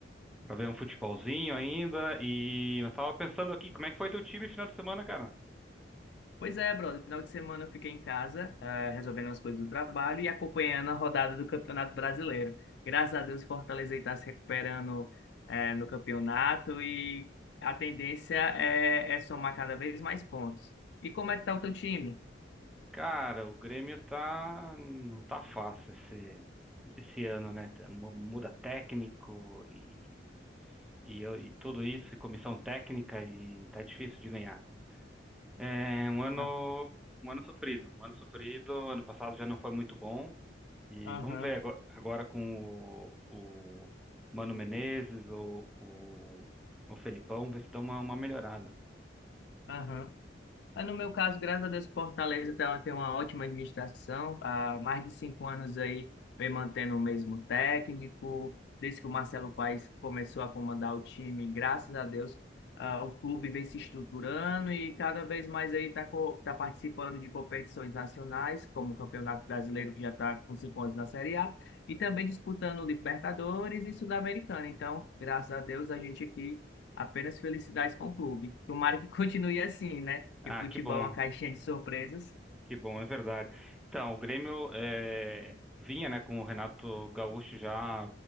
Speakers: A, in the centre; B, on the left (about 65°).
A: pra ver um futebolzinho ainda. E eu tava pensando aqui, como é que foi teu time final de semana, cara?
B: Pois é, brother, final de semana eu fiquei em casa, ah, resolvendo as coisas do trabalho e acompanhando a rodada do Campeonato Brasileiro. Graças a Deus, o Fortaleza está se recuperando, eh, no campeonato e a tendência é, é somar cada vez mais pontos. E como é que tá o teu time?
A: Cara, o Grêmio tá não tá fácil esse esse ano, né? Tá- mu- Muda técnico e e, eu- e tudo isso, e comissão técnica e tá difícil de ganhar. É um ano,
B: Ah,
A: um ano sofrido. Um ano sofrido. Ano passado já não foi muito bom. E
B: Aham,
A: vamos ver agora, agora com o, o Mano Menezes, o, o, o Felipão, ver se dá uma, uma melhorada.
B: aham. Mas No meu caso, graças a Deus, Fortaleza tem uma tem uma ótima administração. Há mais de cinco anos aí, vem mantendo o mesmo técnico. Desde que o Marcelo Paes começou a comandar o time, graças a Deus, ah, o clube vem se estruturando e cada vez mais aí está participando de competições nacionais, como o Campeonato Brasileiro, que já está com cinco anos na Série A, e também disputando Libertadores e Sul-Americana. Então, graças a Deus, a gente aqui Apenas felicidades com o clube. Tomara que <laughs> continue assim, né?
A: Ah,
B: Porque futebol
A: que bom,
B: é uma caixinha de surpresas.
A: que bom, é verdade. Então, o Grêmio é, vinha, né, com o Renato Gaúcho já